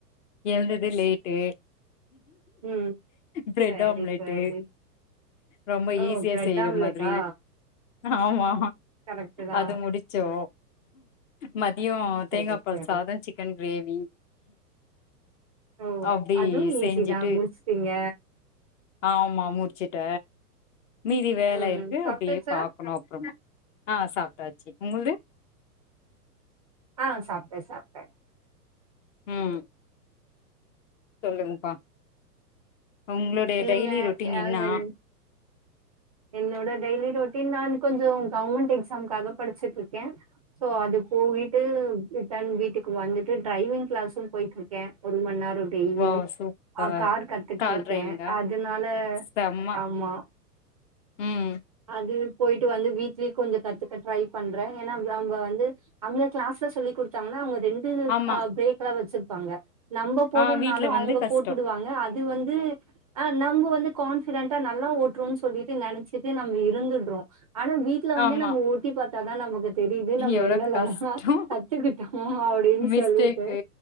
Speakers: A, on the left; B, on the right.
A: எழுந்தது லேட்டு
B: ம்
A: பிரெட்
B: சரி
A: ஆம்லெட்டு்
B: சரி
A: ரொம்ப
B: ஓ
A: ஈஸியா
B: பிரெட்
A: செய்யற
B: ஆம்லெட்டா
A: மாதிரி ஆமா
B: கரெக்ட்டு தா
A: அது முடிச்சோ மதியோ
B: சரி
A: தேங்கா பால்
B: சரி
A: சாதோ சிக்கன் கிரேவி
B: ஓ
A: அப்டி
B: அதுவு ஈஸிதா
A: செஞ்சுட்டு
B: முடிச்சிட்டீங்க
A: ஆமா முடிச்சுட்ட மீதி வேல
B: ம்
A: இருக்கு
B: சாப்ட்டாச்சா
A: அப்டியே பாக்கணு அப்புறமா ஆ சாப்ட்டாச்சு உங்ள்து
B: ஆ சாப்ட்ட சாப்ட்ட
A: ம் சொல்லுங்ப்பா உங்களுடைய
B: சொல்லுங்க
A: டைய்லி ரொட்டீன் என்னா
B: அது என் என்னோட டைய்லி ரொட்டீன் நான் கொஞ்சோ கவர்மெண்ட் எக்ஸாம்காக படிச்சிட்டு இருக்க சோ அது போயிட்டு டன் வீட்டுக்கு வந்துட்டு டிரரைவிங் கிளாஸசும் போயிட்டு இருக்க ஒரு மண் நேரோ டெய்லியும்
A: வாவ் சூப்பர்
B: ஆ கார் கத்துட்டுருக்க
A: கார் டிரைவிங்கா
B: அதுனால
A: செம்ம
B: ஆமா
A: ம்
B: அது போயிட்டு வந்து வீட்ல கொஞ்சோ கத்துக்க ட்ரை பண்ற ஏனா அ அவுங்க வந்து கிளாஸ்ல சொல்லி் குடுத்தாங்கனா அவுங்க ரெண்டு
A: ஆமா
B: பிரேக் லா வெச்சிருப்பாங்க நம்ம போடுனாலு
A: ஆ வீட்ல
B: அவுங்க
A: வந்து கஷ்டோ
B: போட்டுடுவாங்க அது வந்து அ நம்ம வந்து கான்ஃபிடண்டா நல்லா ஓட்டுறோன்னு சொல்லிட்டு நெனச்சிட்டு நம்ம இருந்துர்றோ ஆனா வீ வீட்ல வந்து
A: ஆமா
B: நம்ம ஒட்டி பா த்தா நமக்கு தெரிது நம்ம
A: எவ்ளோ
B: என்னல்லா
A: கஷ்டோ
B: கத்துக்கிட்டோ அப்டின்
A: மிஸ்டேக்கு
B: சொல்லிட்டு